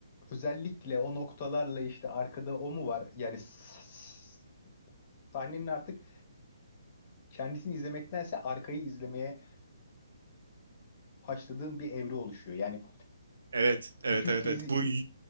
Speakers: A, on the left; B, on the right.
A: özellikle o noktalarla işte arkada o mu var? Yani s- s- sahnenin artık kendisini izlemektense arkayı izlemeye haşladığın bir evre oluşuyor. Yani
B: Evet, evet,
A: 2-3
B: evet,
A: kez
B: evet.
A: i-
B: Bu